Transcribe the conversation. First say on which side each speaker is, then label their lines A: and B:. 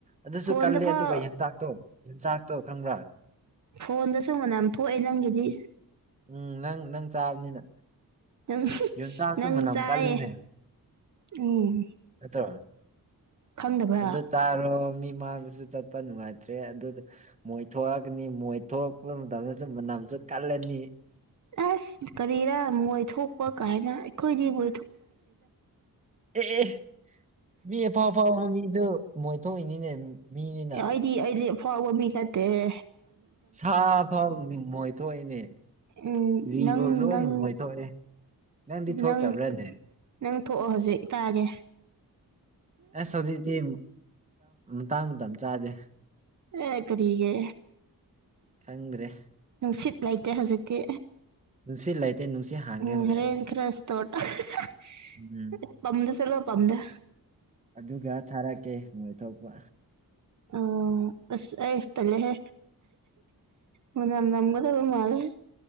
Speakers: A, on the right; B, on the right.
A: ꯑꯗꯨꯁꯨ
B: ꯐꯣꯟꯗ
A: ꯀꯜꯂꯦ
B: ꯐꯥꯎ
A: ꯑꯗꯨꯒ ꯌꯦꯟꯖꯥꯛꯇꯣ ꯌꯦꯟꯖꯥꯛꯇꯣ ꯈꯪꯕ꯭ꯔꯥ
B: ꯐꯣꯟꯗꯁꯨꯨꯝ ꯃꯅꯝ ꯊꯣꯛꯑꯦ ꯅꯪꯒꯤꯗꯤ
A: ꯎꯝ ꯅꯪ ꯅꯪ ꯆꯥꯕꯅꯤꯅ
B: ꯅꯪ
A: ꯌꯣꯟꯆꯥꯛꯇꯣ
B: ꯅꯪ
A: ꯃꯅꯝ
B: ꯆꯥꯏꯌꯦ
A: ꯀꯜꯂꯤꯅꯦ
B: ꯎꯝ
A: ꯅꯠꯇ꯭ꯔꯣ
B: ꯈꯪꯗꯕ꯭ꯔꯥ
A: ꯑꯗꯨ ꯆꯥꯔꯣ ꯃꯤ ꯃꯥꯡꯗꯁꯨ ꯆꯠꯄ ꯅꯨꯡꯉꯥꯏꯇ꯭ꯔꯦ ꯑꯗꯨꯗ ꯃꯣꯏ ꯊꯣꯛꯑꯒꯅꯤ ꯃꯣꯏ ꯊꯣꯛꯄ ꯃꯇꯝꯗꯁꯨ ꯃꯅꯝꯁꯨ ꯀꯜꯂꯅꯤ
B: ꯑꯁ ꯀꯔꯤꯔꯥ ꯃꯣꯏ ꯊꯣꯛꯄ ꯀꯥꯏꯅ ꯑꯩꯈꯣꯏꯗꯤꯕꯨ
A: ꯑꯦ ꯃꯤ ꯑꯦꯐꯥꯎ ꯐꯥꯎꯥꯎ ꯃꯤꯁꯨ ꯃꯣꯏ ꯊꯣꯛꯏꯅꯤꯅꯦ ꯃꯤꯅꯤꯅ
B: ꯑꯩꯗꯤ ꯑꯩꯗꯤ ꯐꯋꯥꯕꯝ ꯃꯤ ꯅꯠꯇꯦꯍꯦ
A: ꯁꯥꯐꯥꯎꯃꯣꯏ ꯊꯣꯛꯏꯅꯦ
B: ꯎꯝ
A: ꯂꯤꯕꯨ
B: ꯅꯪ
A: ꯂꯣꯏ
B: ꯅꯪ
A: ꯃꯣꯏꯊꯣꯛꯑꯦ ꯅꯪꯗꯤ ꯊꯣꯛꯇꯕ꯭ꯔꯅꯦ
B: ꯅꯪ ꯅꯪ ꯊꯣꯛꯑꯣ ꯍꯧꯖꯤꯛ ꯇꯥꯥꯒꯦ
A: ꯑ ꯁꯖꯤꯗꯤ ꯃꯇꯥꯡ ꯆꯥꯗꯦ
B: ꯑꯦ ꯀꯔꯤꯒꯦ
A: ꯈꯪꯗ꯭ꯔꯦ
B: ꯅꯨꯡ ꯁꯤꯠ ꯂꯩꯇꯦ ꯍꯧꯖꯤꯛꯇꯤ
A: ꯅꯨꯡꯁꯤꯠ ꯂꯩꯇꯦ ꯅꯨꯡꯁꯤꯠ ꯍꯥꯡꯒꯦ
B: ꯎꯝ
A: ꯍꯣꯔꯦꯟ
B: ꯍꯔꯦꯟ ꯈꯔꯁ ꯁ꯭ꯇꯣꯔ ꯑꯍꯍꯍ
A: ꯎꯝ
B: ꯄꯝꯗ ꯆꯠꯂꯣ ꯄꯝꯗ
A: ꯑꯗꯨꯒ ꯊꯥꯔꯛꯀꯦ ꯃꯣꯏ ꯊꯣꯛꯄ
B: ꯑꯣ ꯑꯁ ꯑꯁ ꯇꯜꯂꯦꯍꯦ ꯃꯅ ꯅꯝꯒꯗꯕ ꯃꯥꯂꯦ